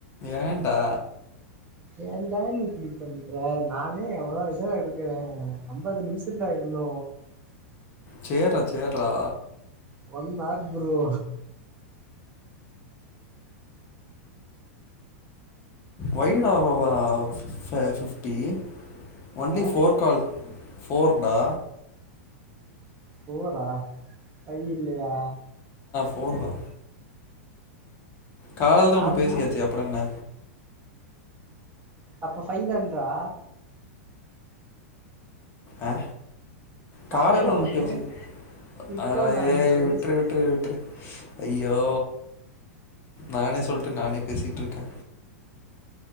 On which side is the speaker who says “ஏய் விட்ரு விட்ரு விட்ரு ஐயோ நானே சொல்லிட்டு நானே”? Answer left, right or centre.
Left